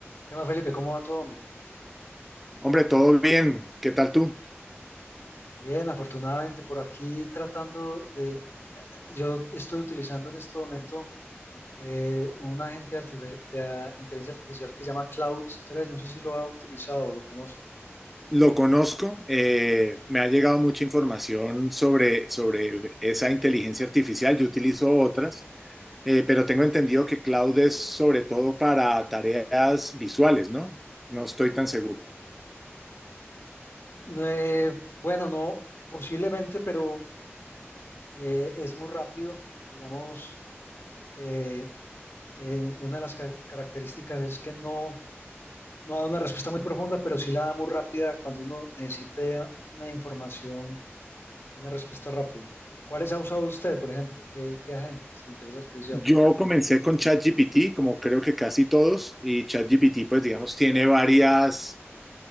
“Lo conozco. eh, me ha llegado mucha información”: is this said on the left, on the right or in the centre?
Centre